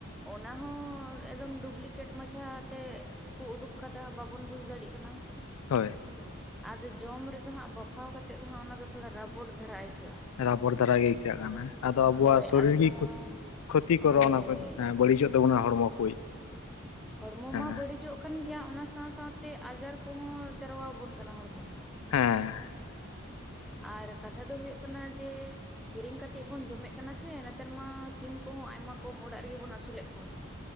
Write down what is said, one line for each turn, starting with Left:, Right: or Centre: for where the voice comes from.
Centre: ᱚᱱᱟ ᱦᱚᱸ ᱮᱠᱫᱚᱢ ᱰᱩᱵᱽᱞᱤᱠᱮᱴ ᱢᱟᱪᱷᱟ ᱛᱮ ᱠᱚ ᱩᱰᱩᱠ ᱠᱟᱫᱟ ᱵᱟᱵᱚᱱ ᱵᱩᱡ ᱫᱟᱲᱮᱭᱟᱜ ᱠᱟᱱᱟ
Left: ᱦᱳᱭ
Centre: ᱟᱫᱚ ᱡᱚᱢ ᱨᱮᱫᱚ ᱦᱟᱜ ᱵᱟᱯᱷᱟᱣ ᱠᱟᱛᱮᱫ ᱫᱚ ᱦᱟᱜ ᱚᱱᱟ ᱫᱚ ᱛᱷᱚᱲᱟ ᱨᱟᱵᱚᱴ ᱫᱷᱟᱨᱟ ᱟᱹᱭᱠᱟᱹᱜ-ᱟ
Left: ᱨᱟᱵᱚᱲ ᱫᱷᱟᱨᱟ ᱜᱮ ᱟᱹᱭᱠᱟᱹᱜ ᱠᱟᱱᱟ ᱟᱫᱚ ᱟᱵᱚᱣᱟᱜ
Centre: ᱦᱳᱭ
Left: ᱥᱚᱨᱤᱨ
Centre: ᱟᱫᱚ
Left: ᱜᱮ ᱠᱷᱚᱛᱤ
Centre: ᱦᱳᱭ
Left: ᱠᱚᱨᱚᱜ-ᱟ ᱚᱱᱟ ᱠᱚ ᱵᱟᱹᱲᱤᱡᱚᱜ ᱛᱟᱵᱚᱱᱟ ᱦᱚᱲᱢᱚ ᱠᱚ
Centre: ᱦᱚᱲᱢᱚ
Left: ᱦᱮᱸ
Centre: ᱢᱟ ᱵᱟᱹᱲᱤᱡᱚᱜ ᱠᱟᱱ ᱜᱮᱭᱟ ᱚᱱᱟ ᱥᱟᱶ ᱥᱟᱶᱛᱮ ᱟᱡᱟᱨ ᱠᱚᱦᱚ ᱡᱟᱨᱣᱟᱵᱚᱱ ᱠᱟᱱᱟ ᱦᱚᱲᱢᱚ ᱨᱮ
Left: ᱦᱮᱸ
Centre: ᱟᱨ ᱠᱟᱛᱷᱟ ᱫᱚ ᱦᱩᱭᱩᱜ ᱠᱟᱱᱟ ᱡᱮ ᱠᱤᱨᱤᱧ ᱠᱟᱛᱮᱜ ᱵᱚᱱ ᱡᱚᱢᱮᱫ ᱠᱟᱱᱟ ᱥᱮ ᱱᱮᱛᱟᱨ ᱢᱟ ᱥᱤᱢ ᱠᱚᱦᱚ ᱟᱭᱢᱟ ᱠᱚᱢ ᱚᱲᱟᱜ ᱨᱮᱜᱮᱵᱚᱱ ᱟᱹᱥᱩᱞᱮᱫ ᱠᱚᱣᱟ